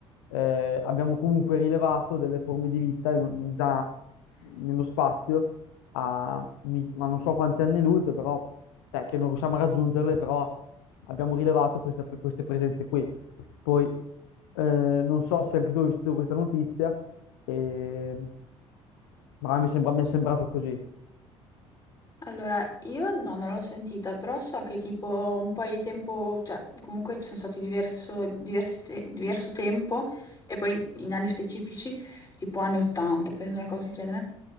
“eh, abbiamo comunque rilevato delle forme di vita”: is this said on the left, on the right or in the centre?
Left